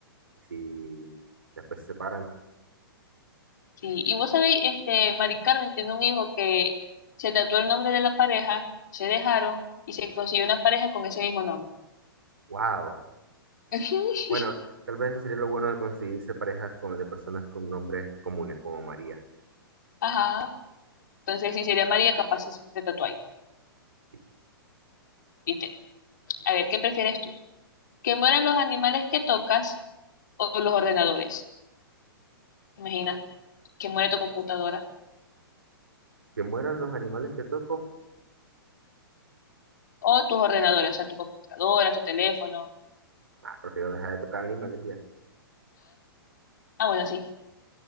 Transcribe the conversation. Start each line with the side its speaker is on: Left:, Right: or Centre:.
Right: si después se separan,
Left: Sí. Y vos sabéis, este, Mari Carmen tiene un hijo que se tatuó el nombre de la pareja, se dejaron y se consiguió una pareja con ese mismo nombre.
Right: wow.
Left: <laughs>
Right: Bueno, tal vez eso sería lo bueno de conseguirse parejas con, de personas con nombres comunes como María.
Left: Ajá. Entonces, si sería María, capaz si te tatúa ahí.
Right: Sí.
Left: ¿Viste? A ver, ¿qué prefieres tú? ¿Que mueran los animales que tocas o los ordenadores? Imagina, que muere tu computadora.
Right: Que mueran los animales que toco
Left: O tus ordenadores, o sea, tu computadora, tu teléfono.
Right: Ah, prefiero dejar de tocar animales y ya.
Left: Ah, bueno, sí.